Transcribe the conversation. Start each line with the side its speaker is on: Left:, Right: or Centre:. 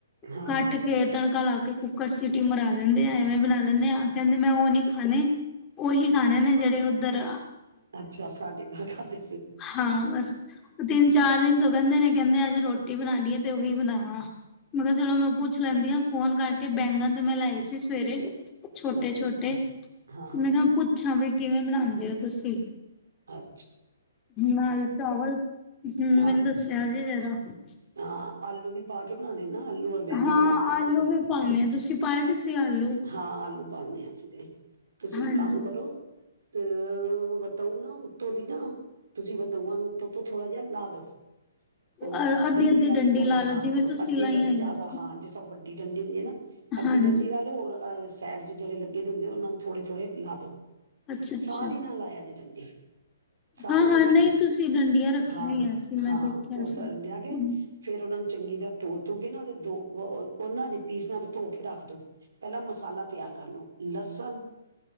Right: ਹਾਂ
Left: ਕੱਟ
Right: ਹਾਂ ਹਾਂ
Left: ਕੇ ਤੜਕਾ ਲਾ ਕੇ ਕੁੱਕਰ ਸਿਟੀ ਮਰਾ ਦਿੰਦੇ ਆ ਐਵੇਂ ਬਣਾ ਲੈਂਦੇ ਆ ਕਹਿੰਦੇ ਮੈਂ ਉਹ ਨੀ ਖਾਣੇ ਉਹੀ ਖਾਣੇ ਨੇ ਜਿਹੜੇ ਉਓਧਰ
Right: ਅੱਛਾ ਸਾਡੇ ਘਰ ਖਾਦੇ
Left: ਹਾਂ ਬਸ ਉਹ ਤਿੰਨ ਚਾਰ ਦਿਨ ਤੋਂ ਕਹਿੰਦੇ ਨੇ ਕਹਿੰਦੇ ਅੱਜ ਰੋਟੀ ਬਣਾਉਣੀਏ ਤੇ ਉਹੀ ਬਣਾਉਣਾ ਮੈਂ ਕਿਹਾ ਚਲੋ ਮੈਂ ਪੁੱਛ ਲੈਂਦੀ ਹਾਂ ਫੋਨ ਕਰਕੇ ਬੈਂਗਨ ਤੇ ਮੈਂ ਲੈ ਆਈ ਸੀ ਸਵੇਰੇ- ਛੋਟੇ-ਛੋਟੇ
Right: ਅੱਛਾ ਅੱਛਾ ਹਾਂ
Left: ਮੈਂ
Right: ਹਾਂ
Left: ਕਿਹਾ ਪੁੱਛਾਂ ਵੀ- ਕਿਵੇਂ ਬਣਾਉਂਦੇ ਹੋ ਤੁਸੀਂ-
Right: ਹਾਂ-
Left: ਨਾਲ ਚਾਵਲ ਹਮ
Right: ਹਾਂ
Left: ਮੈਨੂੰ ਦੱਸਿਆ ਜੇ- ਰ <unintelligible>
Right: ਹਾਂ ਆਲੂ ਵੀ ਪਾ ਕੇ ਬਣਾਣੇ ਨਾ- ਆਲੂ ਔਰ ਬੈਗਣ
Left: ਹਾਂ
Right: ਬਣਾਉਂਦੇ ਅਸੀ
Left: ਆਲੂ
Right: ਤੇ-
Left: ਵੀ ਪਾਣੇ ਆ ਤੁਸੀਂ ਪਾਏ ਦੇ ਸੀ- ਆਲੂ
Right: ਹਾਂ ਆਲੂ- ਪਾਣੇ ਆਂ ਅਸੀ ਤੇ- ਤੁਸੀਂ
Left: ਹਾਂਜੀ
Right: ਕੰਮ ਕਰੋ- ਤੇ ਵਤਊ ਨਾ ਉੱਤੋਂ ਦੀ ਨਾ ਤੁਸੀਂ ਵਤਊਆਂ ਨੂੰ ਉੱਤੋ ਤੋਂ ਥੋੜ੍ਹਾ ਜਿਹਾ ਲਾ ਦਉ-
Left: ਅ
Right: ਉਹ
Left: ਅੱਧੀ-ਅੱਧੀ
Right: ਡੰਡੀਆਂ
Left: ਡੰਡੀ
Right: ਦੇ ਕੋਲ
Left: ਲਾ ਲਓ
Right: ਹਾਂ
Left: ਜਿਵੇਂ ਤੁਸੀਂ
Right: ਅੱਧੀ
Left: ਲਾਈਆਂ
Right: ਡੰਡੀ
Left: ਹੋਈਆਂ
Right: ਜ਼ਿਆਦਾ
Left: ਸੀ
Right: ਹਾਂ ਜਿਸ - ਡੰਡੀ ਹੁੰਦੀ ਹੇ ਨਾ- ਅੱਧੀ
Left: ਹਾਂਜੀ
Right: ਟੰਡੀ ਲਾ ਲ ਹੋਰ ਅਹਸ- ਸਾਈਡ ਚ ਜਿੜੇ ਲੱਗੇ ਹੁੰਦੇ ਉਹਨਾਂ ਨੂੰਥੋੜੇ ਥੋੜੇ ਲਾ ਦੋ-
Left: ਅੱਛਾ -ਅੱਛਾ
Right: ਸਾਰੀ ਨਾ ਲਾਇਆ ਜੇ ਡੰਡੀ ਸਾਰੀ
Left: ਹਾਂ-
Right: ਨੀ
Left: ਹਾਂ
Right: ਲਾਉਣੀ
Left: ਨਹੀਂ ਤੁਸੀਂ ਡੰਡੀਆਂ ਰੱਖੀਆਂ
Right: ਹਾਂ
Left: ਹੋਈਆਂ ਸੀ ਮੈਂ
Right: ਹਾਂ
Left: ਦੇਖਿਆ-
Right: ਉਹ ਸ
Left: ਸੀ ਹੂੰ
Right: ਲਿਆ ਗ ਫੇਿਰ ਉਹਨਾਂ- ਚੰਗੀ ਤਰ੍ਹਾਂ ਧੋ ਧੋਗੇ ਨਾ ਤੇ ਦੋ ਉਹਨਾਂ ਜ ਪੀਸ ਨਾਲ ਧੋ ਕੇ ਰੱਖ ਦੋ ਪਹਿਲਾਂ ਮਸਾਲਾ ਤਿਆਰ ਕਰ ਲੋ- ਸਨ